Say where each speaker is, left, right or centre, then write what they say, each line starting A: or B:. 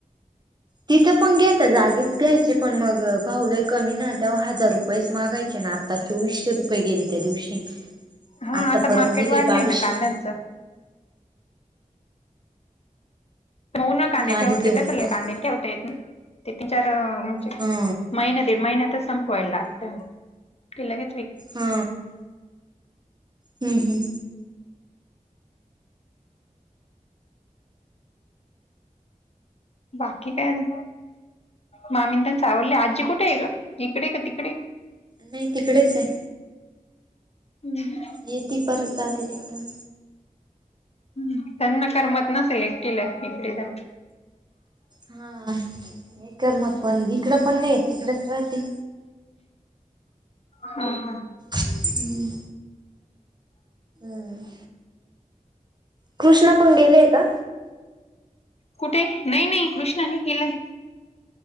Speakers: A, on the right (about 30°); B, on the left (about 50°).
A: तिथं पण घ्याता जागीच घ्यायचे, पण मग भावलं कमी ना त्याव हजार रुप पैस मागायचे ना आता चोवीसशे रुपये गेली त्या दिवशी
B: हा
A: आता परत
B: मार्केट
A: नेले
B: वाढलंय
A: बावीसशे.
B: ना कांद्यांचं मगन कांदीे
A: आणि आधी
B: ठेवतेय,
A: ते
B: तसल
A: फसले
B: कांदेने ठेवता येत ना. ते तीन चार म्हणजे,
A: हा
B: महिन्या दीड महिन्यात संप वयल लागतं क लगेच य
A: हा, हम्म हम्म.
B: बाकी काय न?. मामींद सा आवडले आजी कुठे आहे ग इकडे का तिकडे?
A: नाही तिकडेच आहे.
B: हम्म.
A: येती परत जाते तिकडं.
B: हम्म त्यांना करमत नसेल एकटीला इकडे जाय
A: हा नाही करमत, पण इकड पण नाही तिकडेच राहते
B: हा हा.
A: हम्म हम्म. कृष्णा पण गेलेय का?
B: कुठे नाही नाही, कृष्णाने केलाय.